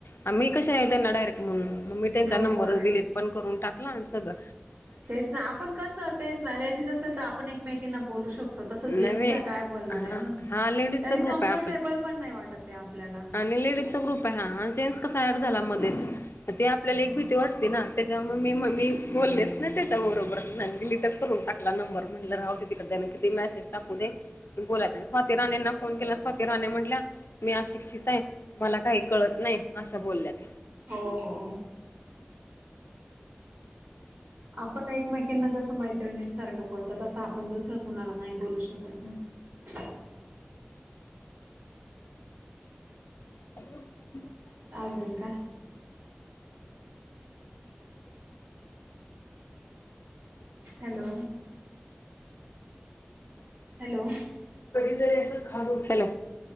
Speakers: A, on the left; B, on the right.
A: आ मी कशा आहे त्यांना डायरेक्ट म्हणून मग मी त्यांचा
B: बरोबर
A: नंबरच
B: आहे
A: डिलीट पण करून टाकला आणि सगं
B: तेच ना आपण कस तेच ना लेडीज असेल तर आपण एकमेकांना बोलू शकतो. तस
A: नव्हे
B: जेंट्सला काय बोलणार आहे
A: हा
B: ना
A: हा लेडीजचा
B: त्यांनी
A: ग्रुप
B: कम्फर्टेबल
A: आहे
B: पण नाही वाटत ते आपल्याला.
A: लेडीज चा ग्रुप आहे हा हा जेंट्स कसा एड झाला मध्येच? ते आपल्याला एक भीती वाटते ना त्याच्या मी म मी बोललेच ना त्याच्याबरोबर गेली तर करून टाकला नंबर म्हटलं राहते तिकडे त्या मेसेज टाकू दे बो स्वाती राणेंना फोन केला स्वाती राणे म्हटल्या मी अशिक्षित आहे मला काही कळत नाही अशा बोलल्या त्या
B: हो हो आपण एकमेकीना जसं मैत्रिणींसारखं बोलतो तसं आपण दुसरं कुणाला नाही बोलू शकत ना <inaudible>
A: <unintelligible>
B: आजल का हॅलो हॅलो
A: कधीतरी असं खास उठाला